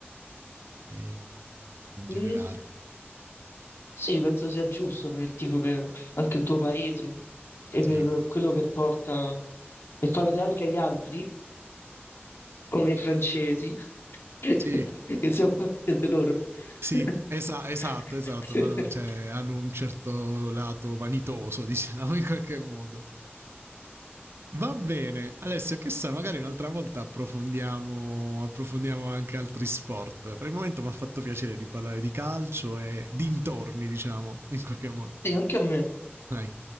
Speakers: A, on the right (about 70°); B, on the left (about 70°).
A: e in generale.
B: Mm, Sì, penso sia giusto per il tifo, per anche il tuo paese e
A: Sì,
B: per quello che porta e far vedere anche agli altri come i francesi, <laughs>
A: sì,
B: insieme a vedere loro.
A: Sì,
B: <laughs>
A: esa- esatto, esatto, fanno- cioè, hanno un certo lato vanitoso, <laughs> diciamo, in qualche modo. Va bene, Alessio, che sa, magari un'altra volta approfondiamo, approfondiamo anche altri sport. Per il momento mi ha fatto piacere di parlare di calcio e dintorni, diciamo, in qualche modo.
B: Sì, anche a me.
A: Dai,